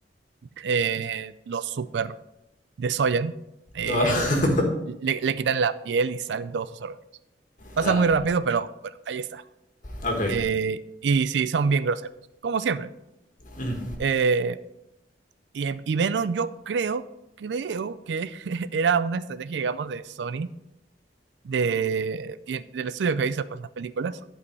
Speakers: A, on the right; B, on the left.
A: eh, lo super desollan, el-
B: Ah,
A: le, le quitan la piel y salen todos sus órganos. Pasa
B: ah,
A: muy rápido, pero bueno, ahí está.
B: Ok.
A: Eh, y sí, son bien groseros, como siempre.
B: Ujú.
A: Eh, y, y Venom, yo creo, creo que <laughs> era una estrategia, digamos, de Sony de, del estudio que hizo pues las películas,